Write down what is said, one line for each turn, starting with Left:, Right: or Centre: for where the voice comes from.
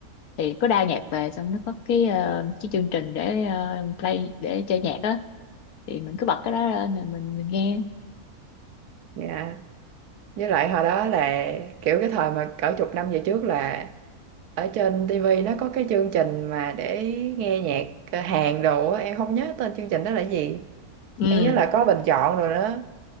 Left: Thì có đa nhạc về xong nó có cái ờ, cái chương trình để ờ, play để chơi nhạc á thì mình cứ bật cái đó lên rồi mình mình nghe.
Right: dạ với lại hồi đó là kiểu cái thời mà cỡ chục năm về trước là ở trên TV nó có cái chương trình mà để nghe nhạc ờ, Hàn đồ á em không nhớ tên chương trình đó là gì
Left: Ừ.
Right: em nhớ là có bình chọn rồi đó